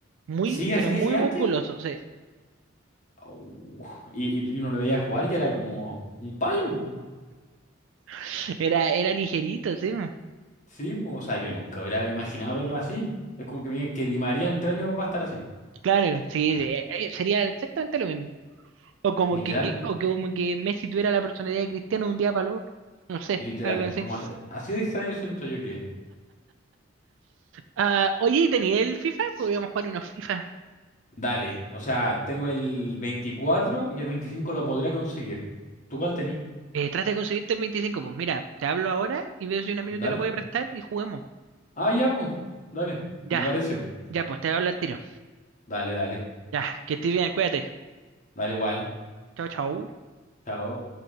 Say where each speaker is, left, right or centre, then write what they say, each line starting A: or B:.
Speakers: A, on the right (about 70°); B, on the left (about 40°).
A: Muy,
B: ¿Sigue
A: pero
B: así
A: muy
B: de gigante?
A: musculoso. sí.
B: Oh, Y, y tú- uno lo veía jugar y era como un palo, pues.
A: <laughs> Era, era ligerito, sí.
B: Sí, po, O sea, yo nunca hubiera imaginado verlo así. Es como que me digan que Di María en tres años va a estar así.
A: Claro, sí, sí, eh, eh, sería exactamente lo mismo. O como
B: Literal,
A: que, que- o que como que Messi tuviera la personalidad de Cristiano de un día para el otro. No sé,
B: literal.
A: algo así.
B: Como as- así de extraño siento yo que.
A: Ah, oye, ¿y tenía el FIFA? Podríamos jugar unos FIFA.
B: Dale. O sea, tengo el 24 y el 25 lo podría conseguir. ¿Tú cuál tenés?
A: Eh, trata de conseguirte el 25. Pues mira, te hablo ahora y veo si un amigo
B: Dale.
A: te lo puede prestar y juguemos.
B: Ah, ya, pues. Dale.
A: Ya,
B: Me parece, po.
A: ya, pues te hablo al tiro.
B: Dale, dale.
A: Ya, que estés bien, cuídate.
B: Dale igual.
A: Chao, chao.
B: Chao.